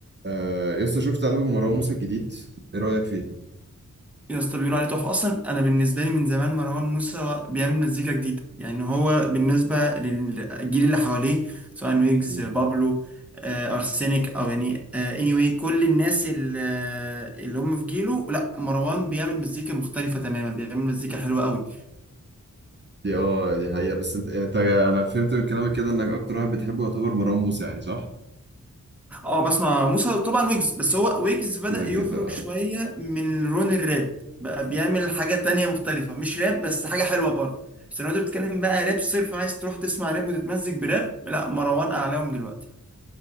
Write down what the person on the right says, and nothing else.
آه يسطا شفت ألبوم مروان موسى الجديد ايه رأيك فيه؟
مم.
دي اه دي حقيقة بس انت يعني انت انا فهمت من كلامك كده انك اكتر واحد بتحبه يعتبر مروان موسى يعني صح؟
كده
كده